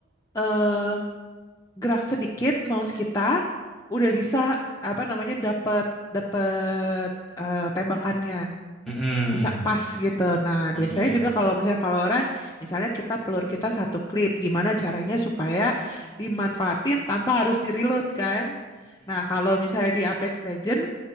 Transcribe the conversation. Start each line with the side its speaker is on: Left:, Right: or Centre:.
Left: eh, gerak sedikit mouse kita udah bisa apa namanya dapat dapat eh, tembakannya
Centre: Mm-mm.
Left: bisa pas gitu. Nah,
Centre: Mm-mm.
Left: biasanya
Centre: Mm-mm.
Left: juga kalau misalnya Valorant, misalnya kita pelur kita satu klip, gimana caranya supaya dimanfaatin tanpa harus di-reload kan? Nah, kalau misalnya di Apex Legend